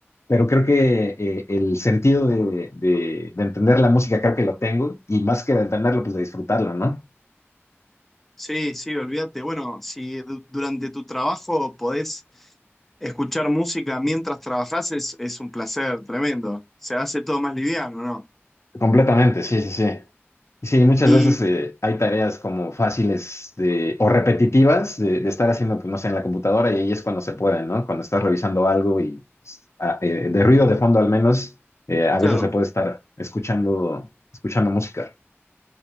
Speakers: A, on the left (about 80°); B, in the centre.
A: pero creo que eh, el sentido de, de- de entender la música creo que lo tengo y más que de entenderlo, pues de disfrutarlo, ¿no?
B: Sí, sí, olvídate. Bueno, si du- durante tu trabajo podés escuchar música mientras trabajás, es, es un placer tremendo. Se hace todo más liviano, ¿no?
A: Completamente, sí, sí, sí. Y Sí, muchas
B: Y,
A: veces eh, hay tareas como fáciles de, o repetitivas de, de estar haciendo, pues, no sé, en la computadora y ahí es cuando se puede, ¿no? Cuando estás revisando algo y pues, a- eh, de ruido de fondo al menos, eh, a veces
B: claro,
A: se puede estar escuchando, escuchando música.